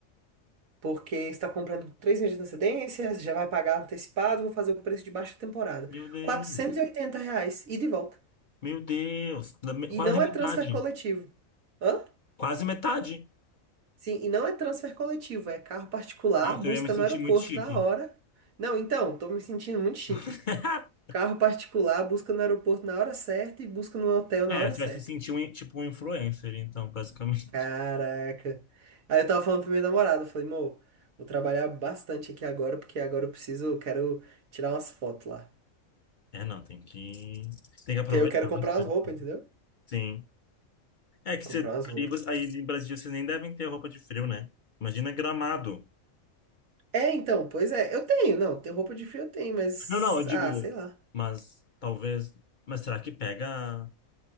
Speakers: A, on the right (about 85°); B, on the left (about 45°).
A: Porque você está comprando com três meses de antecedência, você já vai pagar antecipado, vou fazer o preço de baixa temporada.
B: Meu Deus.
A: quatrocentos e oitenta reais, ida e volta.
B: Meu Deus. Da me-
A: E
B: Quase
A: não
B: metade.
A: é transfer coletivo. Hã?
B: Quase metade.
A: Sim, e não é transfer coletivo, é carro particular,
B: Nossa,
A: busca
B: eu ia me sentir
A: no aeroporto
B: muito chique.
A: na hora. Não, então, tô me sentindo muito chique.
B: <laughs>
A: Carro particular, busca no aeroporto na hora certa e busca no hotel na
B: É,
A: hora
B: você
A: certa.
B: vai se sentir um, in- tipo um influencer, então, basicamente.
A: Caraca. Aí eu tava falando pra minha namorada, eu falei, amor, vou trabalhar bastante aqui agora, porque agora eu preciso, eu quero tirar umas fotos lá.
B: É, não, tem que... Tem que aproveitar
A: Que aí eu quero comprar
B: bastante.
A: umas roupas, entendeu?
B: Sim. É que
A: Comprar
B: você,
A: umas roupas.
B: aí você- aí em Brasília vocês nem devem ter roupa de frio, né? Imagina Gramado.
A: É, então, pois é, eu tenho, não, tem roupa de frio eu tenho, mas,
B: Não, não, eu digo,
A: ah, sei lá.
B: mas talvez. Mas será que pega,